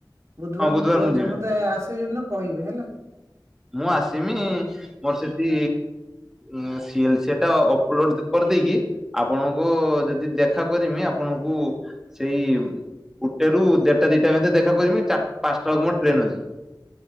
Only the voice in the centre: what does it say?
ହଁ
ମୁଁ ଯିମି।
ମୁଁ ଆସିମି ମୋର ସେଟି ଉଁ ସିଏଲ ସେଏଟା ଅପଲୋଡ କରିଦେଇକି ଆପଣଙ୍କୁ ଯଦି ଦେଖ ଖା କରିମି ଆପଣଙ୍କୁ ସେଇ ଗୁଟେରୁ ଦେଢଟା ଦିଇଟା ଭିତରେ ଦେଖା କରିମି ଚା ପାଞ୍ଚଟା ବେଳକୁ ମୋର ଟ୍ରେନ ଅଛି।